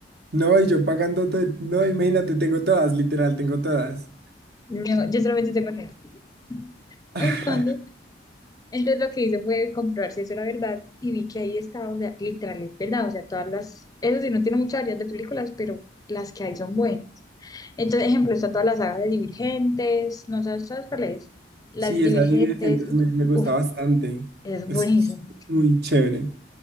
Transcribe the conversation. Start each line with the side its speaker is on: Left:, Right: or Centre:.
Right: No, y yo pagando todo, no, imagínate, tengo todas, literal, tengo todas.
Left: no, yo solamente tengo Netflix.
Right: <laughs>
Left: Entonces, entonces lo que hice fue comprobar si eso era verdad y vi que ahí estaba, o sea, literal, es verdad. O sea, todas las, eso sí, no tiene muchas variedad de películas, pero las que hay son buenas. Entonces, ejemplo, está toda la saga de Divergentes, no sabes, ¿sabes cuál es? La
Right: Sí,
Left: de Divergentes,
Right: esa de Divergentes
Left: y
Right: me,
Left: tú-
Right: me gusta
Left: uf,
Right: bastante.
Left: es
Right: Es
Left: buenísimo.
Right: muy chévere.